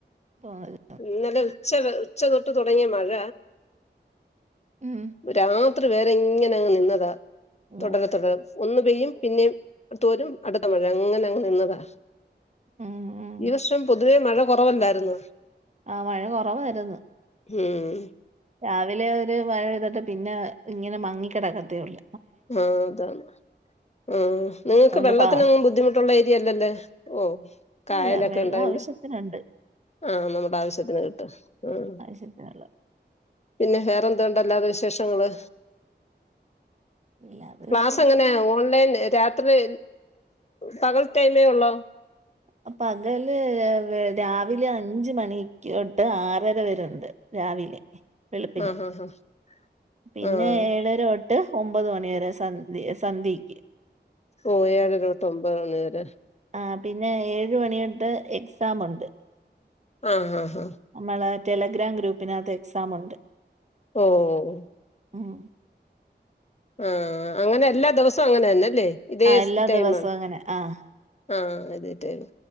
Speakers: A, on the right; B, on the left.
A: ആ <unintelligible>
B: ഇന്നലെ ഉച്ച ഉച്ച തൊട്ട് തുടങ്ങിയ മഴ
A: ഉം
B: ഒ മാത്ര പേരെ എങ്ങനെങ്ങ് നിന്നതാ
A: ഓ
B: തുടരെ തുടരെ ഒന്ന് പെയ്യും പിന്നെ തോരും അടുത്ത മഴ അങ്ങനെ അങ്ങനെ ഇന്നതാ
A: ഉം ഉം
B: ഈ വര്ഷം പൊതുവേ മഴ കുറവല്ലായിരുന്നോ
A: ആഹ് മഴ കുറവരുന്നു
B: ഹ്മ്മ്
A: രാവിലെ ഒരു മഴെയ്തിട്ട് പിന്നെ ഇങ്ങനെ മങ്ങിക്കിടക്കത്തേ ഉള്ള
B: ആഹ് അതാണ് ആഹ് നിങ്ങൾക്ക്
A: അതുകൊണ്ട്
B: വെള്ളത്തിനൊന്നും
A: പാ
B: ബുദ്ധിമുട്ട ഏരിയല്ലല്ലേ ഓഹ് കായലൊക്കെ
A: അല്ല വെള്ളം
B: ഇണ്ടായിണ്ട്
A: ആവശ്യത്തിനുണ്ട്
B: ആഹ് നമ്മുടെ ആവശ്യത്തിന് കിട്ടും ആഹ്
A: ആവശ്യത്തിനുള്ളത്
B: പിന്നെ വേറെ എന്തണ്ടല്ലാത്തെ വിശേഷങ്ങള്
A: അല്ലാതെ
B: ക്ലാസ്
A: വിശേഷം
B: എങ്ങനെയ ഓൺലൈൻ രാത്രി പകൽ ടൈമേ ഉള്ളോ
A: അപ്പ പകല് രാവിലെ അഞ്ച മണിക്കോട്ട് ആറര വരുണ്ട് രാവിലെ വെളുപ്പിന്
B: ആഹ് ആഹ് ആഹ്
A: പിന്നെ
B: ആഹ്
A: ഏഴരട്ട ഇട്ട് ഒമ്പത് മണി വരെ സന്ധ സന്ധ്യക്ക്
B: ഓഹ് ഏഴുക തൊമ്പ ഒണേര
A: ആഹ് പിന്നെ ഏഴ് മണിയൊട്ട് എക്സമുണ്ട്
B: ആഹ് ആഹ് ആഹ്
A: നമ്മളെ ടെലഗ്രാം ഗ്രൂപ്പിനകത്ത് എക്സാം ഉണ്ട്
B: ഓഓഹ്
A: ഉം
B: ആഹ് അങ്ങനെ എല്ലാ ദിവസവും അങ്ങനെ തന്നെല്ലേ ഇതേ
A: ആഹ് എല്ലാ
B: ടൈമാണ്
A: ദിവസവും അങ്ങനെ ആഹ്
B: ആഹ് ആദ്യായിട്ട